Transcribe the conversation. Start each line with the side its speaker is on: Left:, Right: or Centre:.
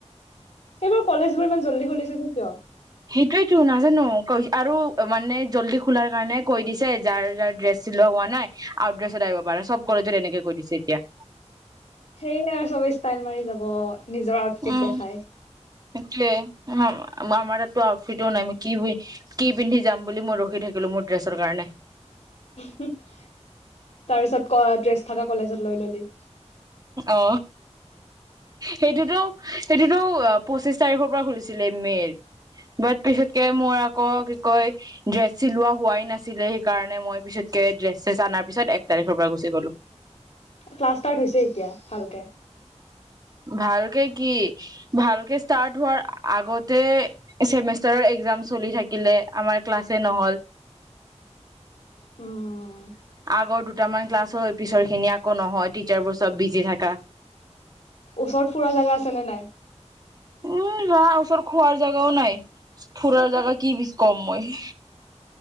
Left: এইবাৰ কলেজ বোৰ ইমান জল্দি খুলিছে যে কিয়?
Right: সেইটোয়েতো নাজানো আৰু মানে জল্দি খোলাৰ কাৰণে কৈ দিছে যাৰ যাৰ ড্ৰেছ চিলোৱা হোৱা নাই আউট ড্ৰেছত আহিব পাৰ চব কলেজত এনেকে কৈ দিছে এতিয়া।
Left: সেইয়ে আৰু চবে ষ্টাইল মাৰি যাব। নিজৰ আউটফিট
Right: উম
Left: দেখাই
Right: হেতুৱে আমাৰ তাতো আউটফিটও নাই কি কি পিন্ধি যাম বুলি মই ৰখি থাকিলো মোৰ ড্ৰেছৰ কাৰণে
Left: তাৰ পিছত ড্ৰেছ থকা কলেজত লৈ ললি।
Right: অ সেইটোতো সেইটোতো পঁচিশ তাৰিখৰ পৰা খুলিছিলে মেৰ বাট পিছতকে মোৰ আকৌ কি কয় ড্ৰেছ চিলোৱা হোৱাই নাছিলে সেইকাৰণে মই পিছতকে ড্ৰেছ চেছ অনাৰ পিছত এক তাৰিখৰ পৰা গুচি গলো।
Left: ক্লাছ ষ্টাৰ্ট হৈছে এতিয়া ভালকে
Right: ভালকে কি ভালকে ষ্টাৰ্ট হোৱাৰ আগতে চছেমষ্টাৰৰ এক্জাম চলি থাকিলে আমাৰ ক্লাছে নহল
Left: ওম
Right: আগৰ দুটামান ক্লাছ হৈ পিছৰ খিনি আকৌ নহয় টিচাৰবোৰ চব বিজি থাকা।
Left: ওচৰত ফুৰা জোগা আছে নে নাই?
Right: উম বা খোৱাৰ জাগাও নাই ফুৰাৰ জাগা কি বছ কম মই